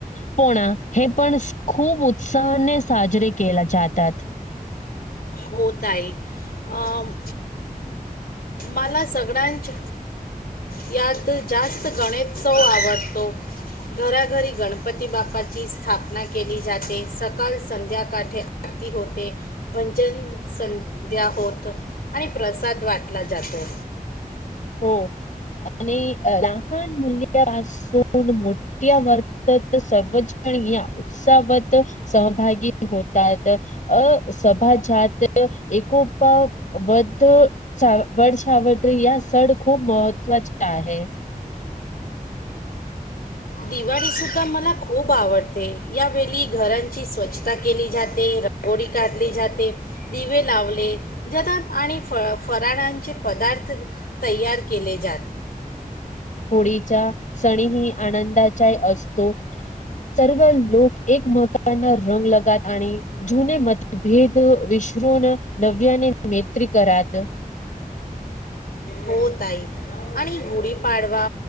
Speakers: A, on the left (about 55°); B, on the left (about 80°).
A: पोळा हे पण खूप उत्साहाने साजरे केले जातात.
B: हो ताई अं. मला सगळ्यांच यात जास्त गणेशत्सव आवडतो. घराघरी गणपती बाप्पाची स्थापना केली जाते सकाळ, संध्याकाटे आरती होते पण तेन संध्या होत आणि प्रसाद वाटला जातो.
A: हो आणि लहान मुले त्या पासून मोठ्या वर्त सर्वच पण या उत्सावत सहभागी होतात. अ सभाजात. एकोपा वध वड सावत्री यास. तड खूप महत्त्वाचे आहे.
B: दिवाळी सुद्धा मला खूप आवडते. यावेळी घरांची स्वच्छता केली जाते. रागोडी काढली जाते. दिवे लावले जातात आणि फ फराळांचे पदार्थ तयार केले जात.
A: होळीच्या सण ही आनंदाचा असतो. सर्व लोक एकमकाना रंग लगात. आणि जुने मतभेद विश्रुन नव्याने मैत्री करात.
B: हो ताई. आणि गुढीपाडवा